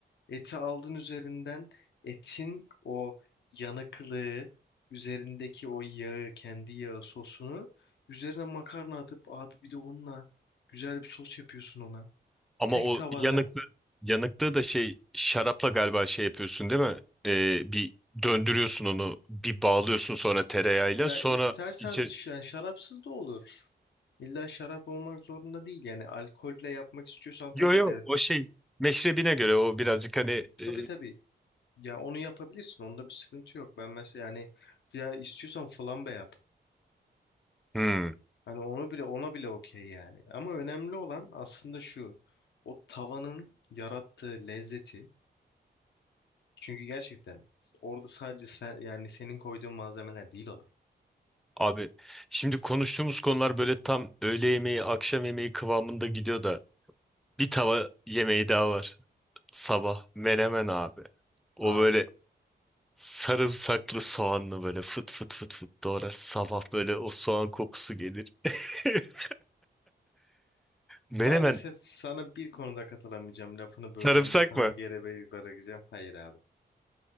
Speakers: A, on the left; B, in the centre.
A: eti aldın üzerinden etin o yanıklığı, üzerindeki o yağı, kendi yağı sosunu üzerine makarna atıp abi bir de onunla güzel bir sos yapıyorsun ona.
B: Ama
A: Tek
B: o
A: tavada
B: yanıklı yanıklığı da şey şarapla galiba şey yapıyorsun değil mi? Eee, bir döndürüyorsun onu bir bağlıyorsun sonra tereyağıyla
A: Ya
B: sonra
A: istersen
B: içer
A: ş- yani şarapsız da olur. İlla şarap olmak zorunda değil. Yani alkolle yapmak istiyorsan tabii
B: Yo yo
A: ki de
B: o şey meşrebine göre o birazcık hani
A: tabii
B: e,
A: tabii. Ya onu yapabilirsin. Onda bir sıkıntı yok. Ben mesela yani ya istiyorsan flambe yap.
B: hmm,
A: Hani onu bile ona bile okey yani. Ama önemli olan aslında şu. O tavanın yarattığı lezzeti. Çünkü gerçekten orada sadece sen yani senin koyduğun malzemeler değil olay.
B: abi şimdi konuştuğumuz konular böyle tam öğle yemeği akşam yemeği kıvamında gidiyor da bir tava yemeği daha var sabah menemen abi o
A: Abi
B: böyle sarımsaklı soğanlı böyle fıt fıt fıt fıt doğrar sabah böyle o soğan kokusu gelir <laughs> menemen
A: Maalesef sana bir konuda katılamayacağım. Lafını böleceğim
B: sarımsak
A: ve sana
B: mı
A: geri be- bırakacağım. Hayır abi.